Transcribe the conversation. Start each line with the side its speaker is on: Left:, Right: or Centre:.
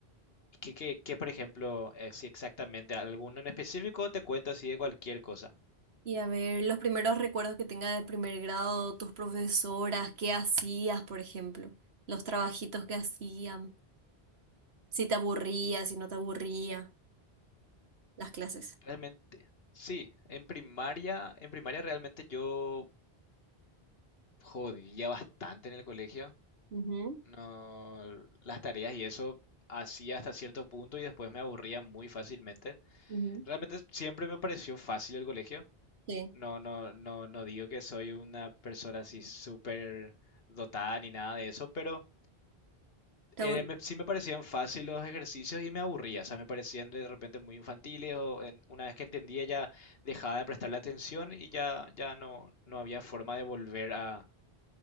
Left: ¿Qué, qué, qué, por ejemplo, eh, si exactamente alguno en específico te cuento así de cualquier cosa?
Right: Y a ver, los primeros recuerdos que tengas de primer grado, tus profesoras, qué hacías, por ejemplo, los trabajitos que hacían, si te aburría, si no te aburría, las clases.
Left: Realmente, sí, en primaria, en primaria realmente yo jodía bastante en el colegio.
Right: Ujú,
Left: No, las tareas y eso hacía hasta cierto punto y después me aburría muy fácilmente.
Right: ujú.
Left: Realmente siempre me pareció fácil el colegio.
Right: Sí,
Left: No, no, no, no digo que soy una persona así súper dotada ni nada de eso, pero
Right: te
Left: eh,
Right: aburría.
Left: me- sí me parecían fácil los ejercicios y me aburría, o sea, me parecían de repente muy infantiles o en- una vez que entendía ya dejaba de prestarle atención y ya, ya no, no había forma de volver a,